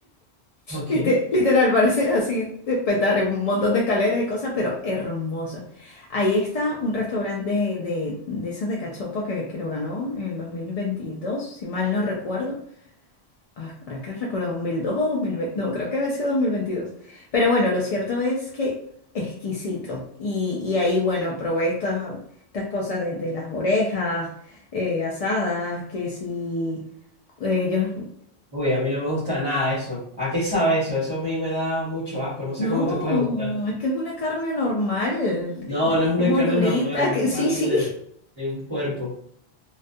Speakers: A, on the right; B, on the left.
A: Ok.
B: Lite- Literal, parece así de petar en un montón de escaleras y cosas, pero hermosa. Ahí está un restaurante de, de, de esas de cachopa que, que lo ganó en 2022 si mal no recuerdo. Ay, ahora es que recuerdo, 2002 o 2020, no, creo que había sido dos mil veintidós Pero bueno, lo cierto es que exquisito. Y, y ahí, bueno, probé estas, estas cosas de de las orejas eh, asadas, que si... Ellos
A: Uy, a mí no me gusta nada eso. ¿A qué sabe eso? Eso a mí me da mucho asco. No sé
B: No,
A: cómo te puede gustar.
B: es que es una carne normal,
A: No, no es una
B: como
A: carne
B: durita,
A: normal, es una
B: <laughs> que
A: parte
B: sí, sí.
A: de, de un cuerpo.